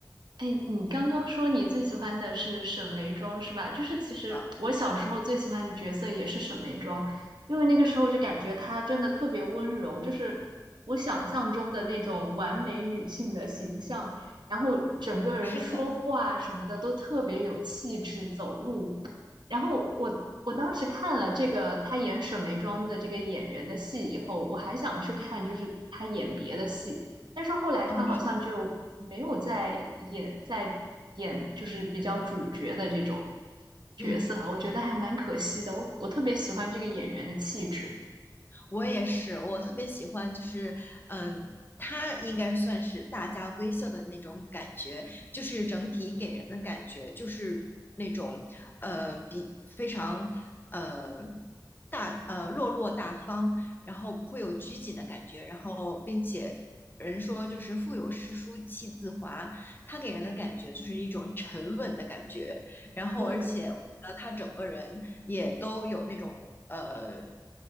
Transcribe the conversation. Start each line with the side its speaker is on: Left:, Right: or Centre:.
Right: 哎，你刚刚说你最喜欢的是沈眉庄是吧？就是其实我小时候最喜欢的角色也是沈眉庄，
Left: 啊，
Right: 因为那个时候就感觉她真的特别温柔，就是我想象中的那种完美女性的形象，然后整个人说话什么的都特别有气质，
Left: 是的，
Right: 走路。然后我我当时看了这个她演沈眉庄的这个演员的戏以后，我还想去看就是她演别的戏。
Left: 嗯，
Right: 但是后来他好像就没有再演再演就是比较主角的这种
Left: 啊，是
Right: 角色了，
Left: 嗯。
Right: 我觉得还蛮可惜的。我我特别喜欢这个演员的气质，
Left: 我也是，我特别喜欢，就是嗯，它应该算是大家闺秀的那种感觉，就是整体给人的感觉就是那种呃比非常呃大呃落落大方，然后不会有拘谨的感觉，然后并且。人说就是腹有诗书气自华，它给人的感觉就是一种沉稳的感觉，然后而且我觉得他整个人也都有那种呃
Right: 对